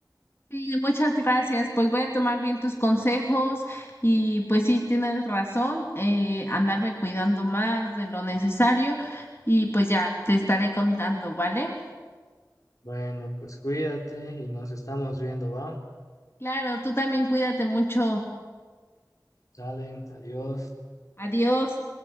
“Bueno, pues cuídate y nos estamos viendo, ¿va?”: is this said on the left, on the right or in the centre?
Left